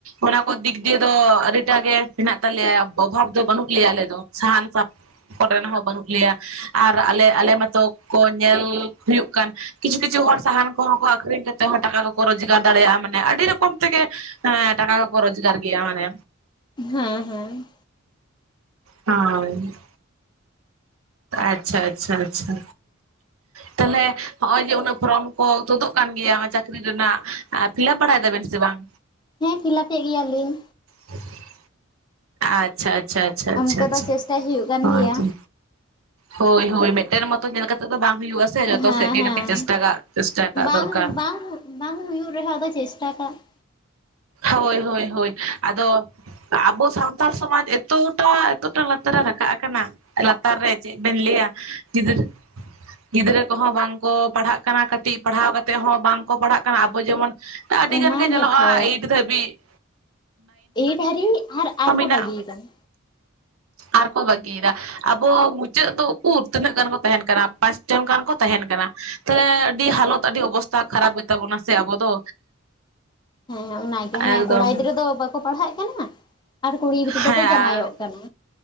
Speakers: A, on the right; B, on the left.
A: ᱚᱱᱟ ᱠᱚ ᱫᱤᱠ ᱫᱤᱭᱮ ᱫᱚ ᱟᱹᱰᱤᱴᱟᱜ ᱜᱮ ᱢᱮᱱᱟᱜ ᱛᱟᱞᱮᱭᱟ ᱚᱵᱷᱟᱵᱽ ᱫᱚ ᱵᱟᱹᱱᱩᱜ ᱞᱮᱭᱟ ᱟᱞᱮ ᱫᱚ ᱥᱟᱦᱟᱱ ᱥᱟ ᱠᱚᱨᱮᱱ ᱦᱚᱸ ᱵᱟᱹᱱᱩᱜ ᱞᱮᱭᱟ ᱟᱨ ᱟᱞᱮ ᱟᱞᱮ ᱢᱟᱛᱚ ᱠᱚ ᱧᱮᱞ ᱦᱩᱭᱩᱜ ᱠᱟᱱ ᱠᱤᱪᱷᱩ ᱠᱤᱪᱷᱩ ᱦᱚᱲ ᱥᱟᱦᱟᱱ ᱠᱚᱦᱚᱸ ᱠᱚ ᱟᱠᱷᱨᱤᱧ ᱠᱟᱛᱮᱫ ᱦᱚᱸ ᱴᱟᱠᱟ ᱠᱚᱠᱚ ᱨᱳᱡᱽᱜᱟᱨ ᱫᱟᱲᱮᱭᱟᱜᱼᱟ ᱢᱟᱱᱮ ᱟᱹᱰᱤ ᱨᱚᱠᱚᱢ ᱛᱮᱜᱮ ᱦᱮᱸ ᱴᱟᱠᱟ ᱠᱚᱠᱚ ᱨᱳᱡᱽᱜᱟᱨ ᱜᱮᱭᱟ ᱢᱟᱱᱮ
B: ᱦᱮᱸ ᱦᱮᱸ
A: ᱦᱳᱭ ᱟᱪᱪᱷᱟ ᱟᱪᱪᱷᱟ ᱟᱪᱪᱷᱟ ᱛᱟᱦᱞᱮ ᱦᱚᱸᱜᱼᱚᱭ ᱡᱮ ᱩᱱᱟᱹᱜ ᱯᱷᱨᱚᱢ ᱠᱚ ᱛᱳᱫᱳᱜ ᱠᱟᱱ ᱜᱮᱭᱟ ᱪᱟᱹᱠᱨᱤ ᱨᱮᱱᱟᱜ ᱯᱷᱤᱞᱟᱯ ᱵᱟᱲᱟᱭ ᱫᱟᱵᱮᱱ ᱥᱮ ᱵᱟᱝ
B: ᱦᱮᱸ ᱯᱷᱤᱞᱟᱹᱯᱮᱜ ᱜᱮᱭᱟᱞᱤᱧ
A: ᱦᱮᱸ <unintelligible> ᱟᱪᱪᱷᱟ ᱟᱪᱪᱷᱟ ᱟᱪᱪᱷᱟ
B: ᱚᱱᱛᱮ
A: ᱟᱪᱪᱷᱟ ᱟᱪᱪᱷᱟ
B: ᱫᱚ ᱪᱮᱥᱴᱟᱭ ᱦᱩᱭᱩᱜ ᱠᱟᱱ ᱜᱮᱭᱟ
A: ᱦᱮᱸ ᱛᱚ ᱦᱳᱭ ᱦᱳᱭ ᱢᱮᱫᱴᱮᱱ ᱢᱚᱛᱚ ᱧᱮᱞ ᱠᱟᱛᱮ ᱫᱚ ᱵᱟᱝ ᱦᱩᱭᱩᱜᱼᱟᱼᱼ ᱥᱮ ᱡᱚᱛᱚ
B: ᱦᱮᱸ
A: ᱥᱮᱫ ᱜᱮ
B: ᱦᱮᱸ
A: ᱠᱟᱹᱴᱤᱡ ᱪᱮᱥᱴᱟ ᱠᱟᱜ ᱪᱮᱥᱴᱟ
B: ᱵᱟᱝ
A: ᱠᱟᱜ ᱫᱚᱨᱠᱟᱨ
B: ᱵᱟᱝ
A: ᱾
B: ᱵᱟᱝ ᱦᱩᱭᱩᱜ ᱨᱮᱦᱚᱸ ᱟᱫᱚ ᱪᱮᱥᱴᱟ ᱠᱟᱜ ᱾
A: ᱦᱳᱭ ᱦᱳᱭ ᱦᱳᱭ ᱟᱫᱚ ᱼᱼ ᱟᱵᱚ ᱥᱟᱱᱛᱟᱲ ᱥᱚᱢᱟᱡᱽ ᱮᱛᱚᱴᱟ ᱮᱛᱚᱴᱟ ᱞᱟᱛᱟᱨ ᱨᱮ ᱨᱟᱠᱟᱵ ᱟᱠᱟᱱᱟ ᱾ ᱞᱟᱛᱟᱨ ᱨᱮ ᱪᱮᱫ ᱵᱮᱱ ᱞᱟᱹᱭᱟ ᱜᱤᱫᱽᱨᱟᱹ ᱼᱼ ᱜᱤᱫᱽᱨᱟᱹ ᱠᱚᱦᱚᱸ ᱵᱟᱝ ᱠᱚ ᱯᱟᱲᱦᱟᱜ ᱠᱟᱱᱟ ᱠᱟᱹᱴᱤᱡ ᱯᱟᱲᱦᱟᱣ ᱠᱟᱛᱮᱜ ᱦᱚᱸ ᱵᱟᱝ ᱠᱚ ᱯᱟᱲᱦᱟᱜ ᱠᱟᱱᱟ ᱟᱵᱚ ᱡᱮᱢᱚᱱ ᱼᱼ ᱟᱹᱰᱤ
B: ᱚᱱᱟ
A: ᱜᱟᱱ ᱜᱮ ᱧᱮᱞᱚᱜᱼᱟ
B: ᱜᱮᱛᱚ
A: ᱮᱭᱤᱴ ᱫᱷᱟᱹᱵᱤᱡ ᱾
B: ᱮᱭᱤᱴ ᱦᱟᱹᱨᱤᱡ ᱟᱨ ᱟᱨ
A: ᱢᱮᱱᱟᱜ
B: ᱠᱚ ᱵᱟᱹᱜᱤᱭᱮᱫᱟ ᱾
A: ᱟᱨᱠᱚ ᱵᱟᱜᱤ ᱮᱫᱟ ᱟᱵᱚ ᱢᱩᱪᱟᱹᱫ ᱫᱚ ᱩᱠᱩᱨ ᱛᱤᱱᱟᱹᱜ ᱜᱟᱱ ᱠᱚ ᱛᱟᱦᱮᱱ ᱠᱟᱱᱟ ᱯᱟᱸᱪ ᱡᱚᱱ ᱜᱟᱱ ᱠᱚ ᱛᱟᱦᱮᱱ ᱠᱟᱱᱟ ᱛᱟᱦᱞᱮ ᱟᱹᱰᱤ ᱦᱟᱞᱚᱛ ᱟᱹᱰᱤ ᱚᱵᱚᱥᱛᱷᱟ ᱠᱷᱟᱨᱟᱯ ᱜᱮ ᱛᱟᱵᱚᱱᱟ ᱥᱮ ᱟᱵᱚ ᱫᱚ᱾
B: ᱦᱮᱸ ᱚᱱᱟᱜᱮ
A: ᱮᱠᱫᱚᱢ
B: ᱦᱮᱸ ᱠᱚᱲᱟ ᱜᱤᱫᱽᱨᱟᱹ ᱫᱚ ᱵᱟᱠᱚ ᱯᱟᱲᱦᱟᱜ ᱠᱟᱱᱟ ᱟᱨ ᱠᱩᱲᱤ ᱜᱤᱫᱽᱨᱟᱹ
A: ᱦᱮᱸ
B: ᱫᱚᱠᱚ ᱡᱟᱶᱟᱭᱚᱜ ᱠᱟᱱᱟ᱾